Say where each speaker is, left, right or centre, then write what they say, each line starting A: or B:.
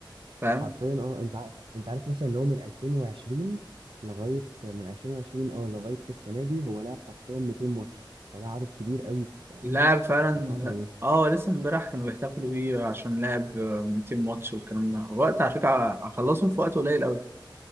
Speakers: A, on the right (about 30°); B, on the right (about 75°).
A: فاهم
B: حرفيا اه انت ع... انت عارف مثلا ان هو من 2020 لغايه من 2020 اه لغايه السنه دي هو لعب حرفيا 200 ماتش فده عدد كبير قوي في
A: لاعب فعلا
B: في الفتره دي
A: اه لسه امبارح كانوا بيحتفلوا بيه عشان لعب 200 ماتش والكلام ده وقت على فكره اخلصهم في وقت قليل قوي